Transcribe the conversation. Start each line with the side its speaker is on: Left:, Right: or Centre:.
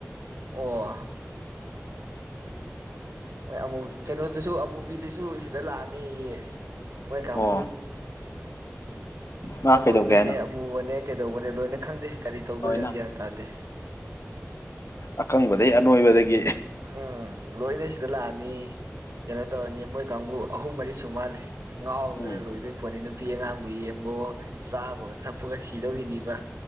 Right: ꯑꯣ ꯃꯣꯏ ꯑꯃꯨꯜ ꯀꯩꯅꯣꯗꯨꯁꯨ ꯑꯃꯨꯕꯤꯗꯨꯁꯨ ꯁꯤꯗ ꯂꯥꯛꯑꯅꯤꯌꯦ ꯃꯣꯏ ꯀꯥꯡꯕꯨꯨ
Left: ꯑꯣ ꯃꯥ
Right: ꯑꯅꯣꯏꯕꯅꯦ
Left: ꯀꯩꯗꯧꯒꯦ ꯍꯥꯏꯅꯣ
Right: ꯑꯃꯨꯕꯅꯦ ꯀꯩꯗꯧꯕꯅꯦ ꯂꯣꯏꯅ ꯈꯪꯗꯦ ꯀꯔꯤ ꯇꯧꯗꯣꯏꯅꯣ
Left: ꯂꯣꯏꯅ
Right: ꯒ꯭ꯌꯥꯟ ꯇꯥꯗꯦ
Left: ꯑꯀꯪꯕꯗꯒꯩ ꯑꯅꯣꯏꯕꯗꯒꯤ
Right: ꯎꯝ ꯂꯣꯏꯅ ꯁꯤꯗ ꯂꯥꯛꯑꯅꯤ ꯀꯩꯅꯣ ꯇꯧꯔꯅꯤ ꯃꯣꯏ ꯀꯥꯡꯕꯨ ꯑꯍꯨꯝ ꯃꯔꯤꯁꯨ ꯃꯥꯜꯂꯤ ꯉꯥꯎꯗꯅ
Left: ꯎꯝ
Right: ꯂꯣꯏꯗꯣꯏ ꯄꯣꯠꯅꯤ ꯅꯨꯄꯤ ꯑꯉꯥꯡꯕꯨ ꯌꯦꯡꯕꯣ ꯆꯥꯕꯒ ꯊꯛꯄꯒ ꯁꯤꯗꯧꯔꯤꯅꯤꯕ